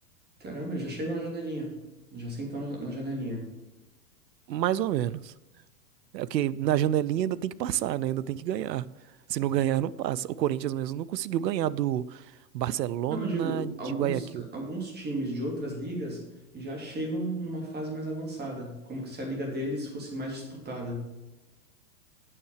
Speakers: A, on the right; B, on the right.
A: Caramba, eles já chegam na janelinha. Já sentam na na janelinha.
B: Mais ou menos. É que na janelinha ainda tem que passar, né? Ainda tem que ganhar. Se não ganhar, não passa. O Corinthians mesmo não conseguiu ganhar do Barcelona
A: Não, eu digo, alguns,
B: de Guayaquil.
A: ca- alguns times de outras ligas já chegam numa fase mais avançada, como que se a liga deles fosse mais disputada.